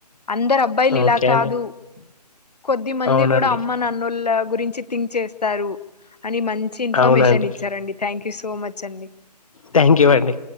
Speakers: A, on the left; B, on the left.
A: అందరు అబ్బాయిలు
B: ఓకే
A: ఇలా కాదు
B: అండి
A: కొద్ది మంది
B: అవునండి
A: గూడా అమ్మ నన్నోళ్ గురించి థింక్ చేస్తారు అని మంచి ఇన్ఫర్మేషన్
B: అవునండి
A: ఇచ్చారండి థ్యాంక్ యూ సో మచ్ అండి
B: థ్యాంక్ యూ అండి